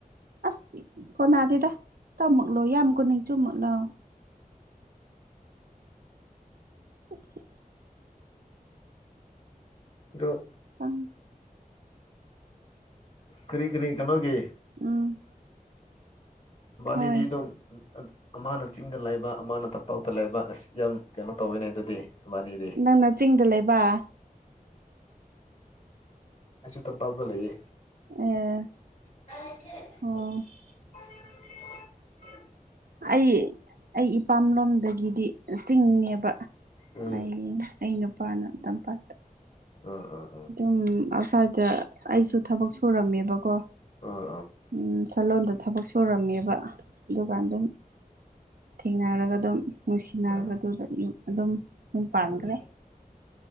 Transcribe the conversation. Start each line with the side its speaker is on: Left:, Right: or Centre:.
Right: ꯑꯁ ꯀꯣꯅꯥꯗꯗ ꯇꯝꯃꯛꯂꯣ ꯌꯥꯝ ꯀꯨꯅꯩ ꯆꯨꯝꯃꯛ ꯂ <inaudible> <inaudible>
Left: ꯑꯗꯨꯣ
Right: ꯈꯪ
Left: ꯀꯔꯤ ꯀꯔꯤ ꯀꯩꯅꯣꯒꯤ
Right: ꯎꯝ ꯍꯣꯏ
Left: ꯅꯤꯗꯤ ꯑꯗꯨ ꯑꯃꯅ ꯆꯤꯡꯗ ꯂꯩꯕ ꯑꯃꯅ ꯇꯝꯄꯥꯛꯇ ꯂꯩꯕ ꯑꯁꯤꯁ ꯌꯥꯝ ꯀꯩꯅꯣ ꯇꯧꯋꯤꯅꯦ ꯑꯗꯨꯗꯤ ꯅꯕꯥꯅꯤꯗꯤ
Right: ꯅꯪꯅ ꯆꯤꯡꯗ ꯂꯩꯕ
Left: ꯑꯆꯥ ꯇꯄꯥꯎꯄ ꯂꯩꯦ
Right: ꯑꯦ
Left: <unintelligible>
Right: ꯑꯣ ꯑꯩ ꯑꯩ ꯏꯄꯥꯝ ꯂꯣꯝꯗꯒꯤꯗꯤ ꯆꯤꯡꯅꯦꯕ
Left: ꯎꯝ
Right: ꯑꯩ ꯑꯩ ꯅꯨꯄꯥꯅ ꯇꯝꯄꯥꯛꯇ
Left: ꯑꯥ ꯑꯥ ꯑꯥ ꯑꯥ ꯑꯥ
Right: ꯑꯗꯨꯝ ꯑꯁ꯭ꯋꯥꯏꯗ ꯑꯩꯁꯨ ꯊꯕꯛ ꯁꯨꯔꯝꯃꯦꯕꯀꯣ
Left: ꯑꯥ
Right: ꯎꯝ ꯋꯥꯈꯜꯂꯣꯟꯗ ꯊꯕꯛ ꯁꯨꯔꯝꯃꯦꯕ ꯑꯗꯨꯀꯥꯟ ꯑꯗꯨꯝ ꯊꯦꯡꯅꯔꯒ ꯑꯗꯨꯝ ꯅꯨꯡꯁꯤꯅꯔꯒ
Left: ꯑꯥ ꯑꯥ
Right: ꯑꯗꯨꯗ ꯑꯗꯨꯝ ꯎ ꯄꯥꯟꯈ꯭ꯔꯦ
Left: ꯑꯥ